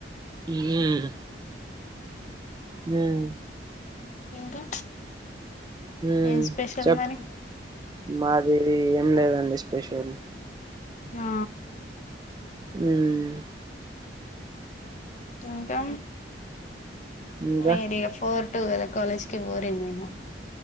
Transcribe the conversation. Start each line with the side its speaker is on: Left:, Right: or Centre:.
Right: ఉమ్మ్ మ్
Left: ఇంకా
Right: హ్మ్
Left: ఏం స్పెషల్
Right: చెప్
Left: మరి
Right: మాది ఏం లేదండి స్పెషల్
Left: ఆ
Right: మ్మ్మ్
Left: ఇంకా
Right: ఇంకా
Left: మెడియఫోర్ టుద కాలేజ్కి పోరే ఏమో